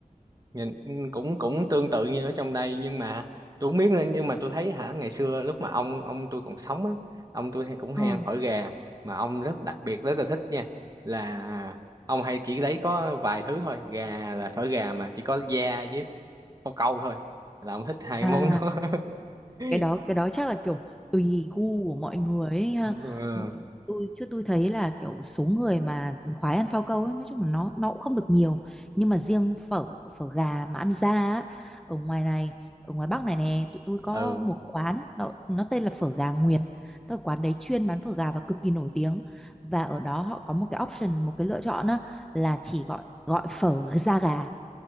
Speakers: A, on the right; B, in the centre.
A: nhìn ừ, cũng cũng tương tự như ở trong đây nhưng mà tôi không biết nữa nhưng mà tôi thấy hả ngày xưa lúc mà ông ông tôi còn sống á ông tôi hay cũng hay
B: ừ.
A: ăn phở gà mà ông rất đặc biệt rất là thích nha là ông hay chỉ lấy có vài thứ thôi gà là phở gà mà chỉ có da với phao câu thôi là ông thích hai
B: à
A: món đó <laughs>
B: cái đó cái đó chắc là kiểu tùy gu của mọi người ấy ha
A: ừ
B: Ừ, tôi chứ tôi thấy là kiểu số người mà khoái ăn phao câu ấy nói chung là nó nó cũng không được nhiều nhưng mà riêng phở phở gà mà ăn ra á, ở ngoài này ở ngoài Bắc này nè tụi tôi có
A: ừ
B: một quán nó, nó tên là phở gà Nguyệt tức là quán đấy chuyên bán phở gà và cực kỳ nổi tiếng và ở đó họ có một cái option một cái lựa chọn á, là chỉ gọi gọi phở da gà